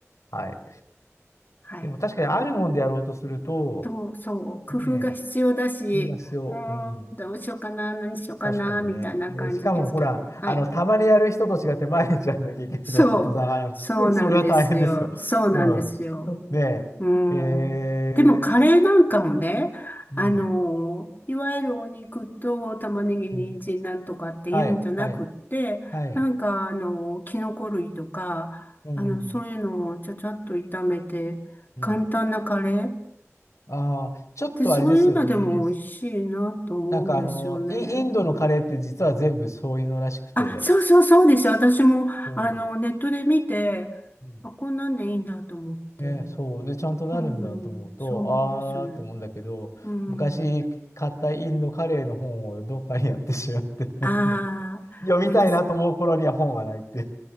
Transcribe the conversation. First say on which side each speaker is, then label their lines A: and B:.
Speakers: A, on the left; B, on the left.
A: はい。
B: はい。
A: でも確かにあるもんでやろうとすると、
B: と、そう、工夫が必要だし、
A: ねえ、工夫が必要。
B: うーん、
A: うん、
B: どうしようかな、何しようかな、
A: 確かにね。
B: みたいな感じですけど、
A: でしかもほら、
B: はい。
A: あの、たまにやる人と違って毎日やんなきゃいけないとなると、
B: そう、
A: なかなか、
B: そうなんですよ。
A: <laughs> それは大変ですよ。
B: そうなんですよ。
A: うん。ねえ。
B: うーん。
A: え
B: でもカレーなんかもね、
A: ー、
B: あの、
A: うん。
B: いわゆるお肉と玉ねぎ、人参なんとかって言うんじゃなくって、
A: うん。はい、はい。はい。
B: なんかあの、キノコ類とか、
A: うん。
B: あの、そういうのをちゃちゃっと炒めて、
A: うん。
B: 簡単なカレーっ
A: ああ、ちょっとあれですよね。
B: てそういうのでも美味しいなと思うんですよね。
A: なんかあの、イ、インドのカレーって実は全部そういうのらしくて。
B: あ、そうそうそうです。私も、
A: そ
B: あの、ネットで見て、
A: う。うん
B: あ、こんなんでいいんだと思って。
A: ね、そう。で、ちゃんとなるんだと思うと、
B: うん、そうですね。
A: ああ、と思うんだけど、
B: うん。
A: 昔買ったインドカレーの本をどっかにやってしまって、<laughs>
B: ああ、
A: 読みたいなと思う頃には本はないっていう。
B: なんかス、